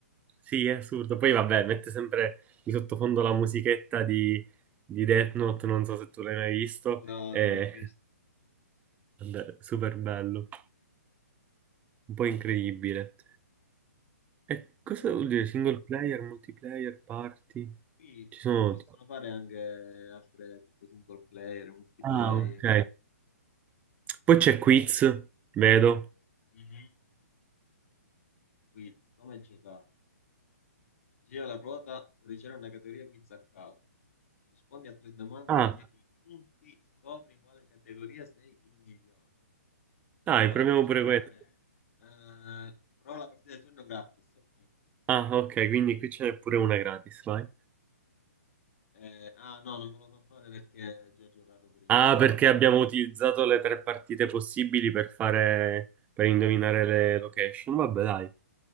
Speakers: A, on the right; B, on the left.
A: Sì, è assurdo. Poi vabbè, mette sempre di sottofondo la musichetta di, di Death Note, non so se tu l'hai mai visto,
B: No,
A: è
B: non l'ho visto.
A: <laughs> vabbè, super bello, un po' incredibile. E cosa
B: Ok.
A: vuol dire? Single player, multiplayer, party?
B: Qui
A: Ci sono...
B: si possono fare anche altre tipo single player, multiplayer,
A: Ah, ok. Poi c'è quiz, vedo.
B: Mhm. quiz, come giocare? Gira la ruota, riceve una categoria quiz a caso. Rispondi a tre domande
A: Ah,
B: e ottieni i punti. Scopri in quale categoria sei il migliore.
A: dai,
B: Proviamo
A: proviamo
B: a girare.
A: pure questo.
B: Eh, prova la partita del giorno gratis. ok.
A: Ah, ok, quindi qui ce n'è pure una gratis, vai.
B: Eh, ah no, non me lo fa fare perché già ho già giocato prima.
A: Ah, perché abbiamo utilizzato le tre partite possibili per fare, per indovinare le location. Vabbè, dai.